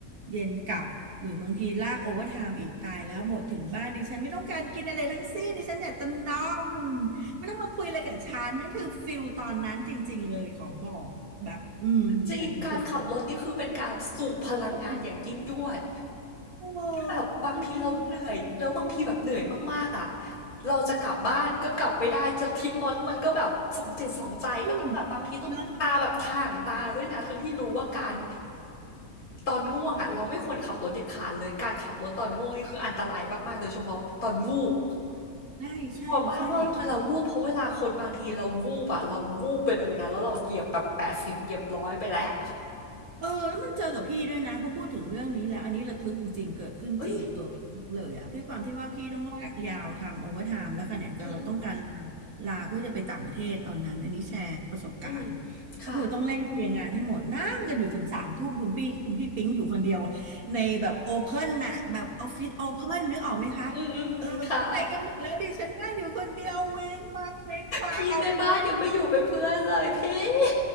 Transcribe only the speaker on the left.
จริงการขับรถนี่คือเป็นการสูบพลังงานอย่างยิ่งยวด
แบบบางทีเราเหนื่อยแล้วบางทีแบบเหนื่อยมากๆอ่ะ
เราจะกลับบ้านก็กลับไม่ได้จะทิ้งรถมันก็แบบสองจิตสองใจก็ต้องแบบบางทีต้องตาแบบถ่างตาด้วยนะทั้งที่รู้ว่าการ
ตอนง่วงอ่ะเราไม่ควรขับรถเด็ดขาดเลยการขับรถตอนง่วงนี่คืออันตรายมากๆโดยเฉพาะตอนวูบ
กลัวมากว่าเวลาวูบเพราะเวลาคนบางทีเราวูบอะเราวูบไปเลยนะแล้วเราเหยียบแบบแปดสิบเหยียบร้อยไปแล้ว
เอ้ยอืม
อืมค่ะ
อืมอืมอืมค่ะ
พี่แม่บ้านยังไม่อยู่เป็นเพื่อนเลยพี่ <laughs>